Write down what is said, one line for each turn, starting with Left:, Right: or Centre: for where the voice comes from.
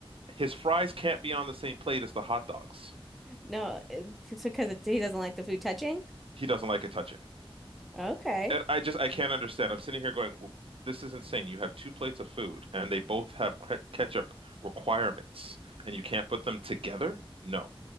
Right: his fries can't be on the same plate as the hot dogs.
Centre: No, it's because it, he doesn't like the food touching.
Right: He doesn't like it touching.
Centre: Okay.
Right: And I just I can't understand. I'm sitting here going, this is insane. You have two plates of food and they both have ketchup requirements and you can't put them together? No.